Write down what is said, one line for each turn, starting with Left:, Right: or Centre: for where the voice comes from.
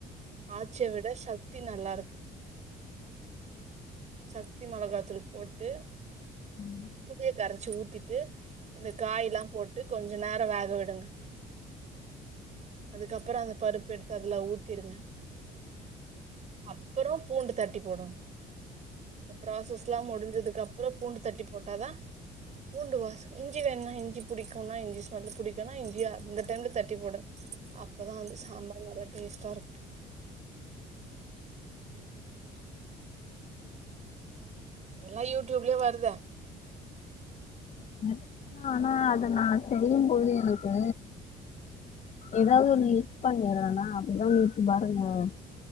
Right: ஆச்சிய விட சக்தி நல்லாருக்கு சக் தி மொளகா தூள் போட்டு
Left: ம்
Right: புளிய கரச்சி ஊத்திட்டு இந்த காயலா போட்டு கொஞ்ச நேரோ வேக விடுங்க இதுக்கப்புறோ அந்த பருப்பெடுத்து அதுல ஊத்திருங்க அப்புறோ பூண்டு தட்டி போடணு இந்த ப்ராசஸ்லா முடிஞ்சதுக்கு அப் அப்புறோ பூண்டு தட்டி போட்டாதா பூண்டு வாசன இஞ்சி வேண்னா இஞ்சி புடிக்கவுங்க இஞ்சி சாப்ட புடிக்குன்னா இஞ்சி அந்த டைம்ல தட்டி போடணு அப்பதா வந்து சாம்பார் நல்லா டேஸ்ட்டாருக் எல்லாம் யூடியூப்லே வருதே
Left: ந ஆனா அத நா சொல்லும் போது எனக்கு ஏதாவது ஒன்னு மிஸ் பண்ணிறேன்னா அப்டிதா <unintelligible>